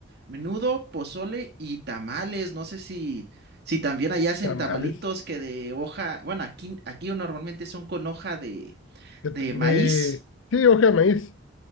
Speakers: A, on the right; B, on the left.
A: menudo, pozole y tamales. No sé si, si también allá hacen
B: Tamales.
A: tamalitos que de hoja, bueno, aquí, aquí normalmente son con hoja de,
B: De,
A: de
B: de-
A: maíz,
B: sí, hoja de maíz.